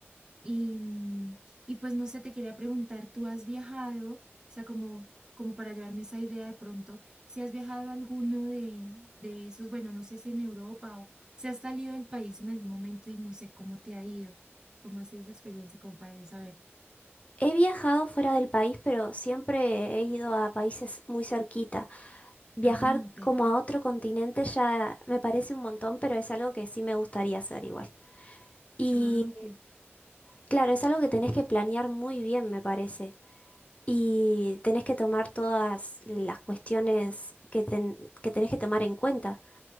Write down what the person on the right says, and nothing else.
Y, mm, y pues no sé, te quería preguntar, ¿tú has viajado? O sea, como, como para llevarme esa idea de pronto, si has viajado a alguno de, de esos, bueno, no sé si en Europa o si has salido del país en algún momento y no sé cómo te ha ido, cómo ha sido esa experiencia, como para yo saber.
Ah, ok.
Ah, ok.